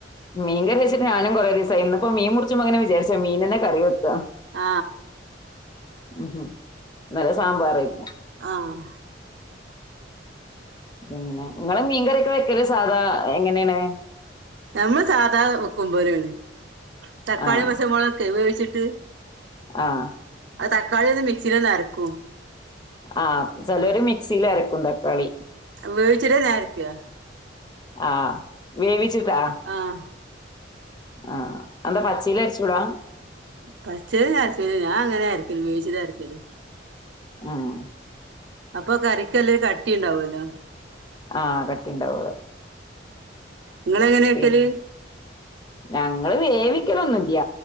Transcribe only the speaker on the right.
ആ
ആഹ്
നമ്മള് സാധാ വെക്കും പോലേണ്. തക്കാളിം,
പച്ചമൊളൊകൊക്കെ വേവിച്ചിട്ട്
അത് തക്കാളി ഒന്ന് മിക്സീല് ഒന്ന് അരക്കും.
വേവിച്ച്ട്ടാ ഞാനരക്ക
ആഹ്
പച്ചേല് ഞാൻ അരയ്ക്കലില്ല, ഞാ അങ്ങനെ അരക്കല് വേവിച്ചിട്ടാ അരക്കല്
അപ്പൊ കറിക്കെല്ലൊ ഒരു കട്ടി ഉണ്ടാവല്ലോ
നിങ്ങളെങ്ങനെ വെക്കല്